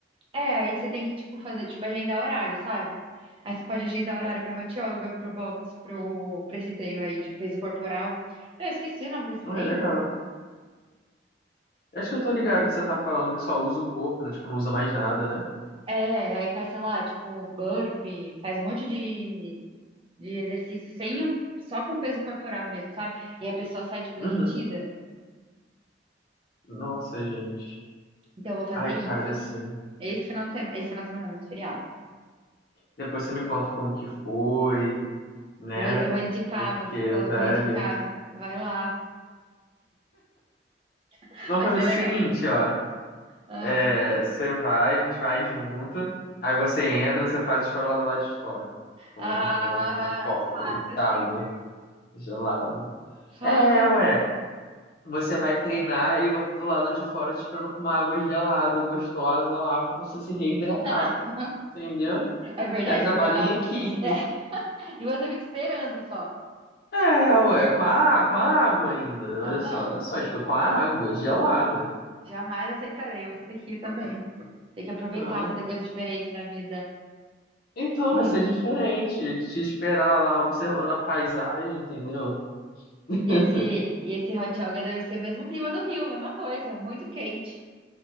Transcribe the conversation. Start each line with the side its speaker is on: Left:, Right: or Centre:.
Right: É, aí você tem que, tipo, fazer, tipo, agendar horário, sabe? Aí você pode agendar horário pra hot yoga, pro boxe, pro, pra esse treino aí de peso corporal. Eu esqueci o nome desse
Left: Ah,
Right: treino.
Left: é legal. Acho que eu tô ligado que você tá falando que só usa o corpo, né? Tipo, não usa mais nada, né?
Right: É, aí faz, sei lá, tipo, burpee, faz um monte de de exercício sem o, só com peso corporal mesmo, sabe? E a pessoa sai, tipo,
Left: Uhum.
Right: derretida.
Left: Nossa, gente.
Right: Então, eu vou fazer
Left: Ai,
Right: isso
Left: cara, assim.
Right: esse final de semana, esse final de semana, não, esse feriado.
Left: Depois você me conta como que foi, né?
Right: Eu vou, eu vou indicar,
Left: Porque,
Right: vou,
Left: velho.
Right: vou indicar, vai lá, <laughs>
Left: Vamos
Right: vai
Left: fazer
Right: ser
Left: o seguinte,
Right: legal.
Left: ó.
Right: Ah,
Left: É, você vai, a gente vai junto. Aí você entra, você faz a escola do lado de fora. Com,
Right: ah,
Left: com, com um copo
Right: fácil
Left: d'água
Right: assim, né?
Left: gelada.
Right: Fácil
Left: É,
Right: assim.
Left: ué. Você vai treinar e eu vou do lado de fora te esperando com uma água gelada, gostosa lá, pra você se reidratar.
Right: <laughs>
Left: Entendeu?
Right: É verdade
Left: É trabalho
Right: que eu vou estar.
Left: em equipe.
Right: É, E você fica esperando só.
Left: É, ué, com a, com a água ainda.
Right: Ah,
Left: Olha
Right: não,
Left: só, não é só, tipo, com a água gelada.
Right: jamais aceitarei. Você tem que ir também. Tem que aproveitar,
Left: Não.
Right: fazer coisas diferentes na vida.
Left: Então
Right: Hum.
Left: vai ser diferente. Te esperar lá observando a paisagem, entendeu? <laughs>
Right: E esse, e esse hot yoga deve ser o mesmo clima do Rio, mesma coisa, muito quente.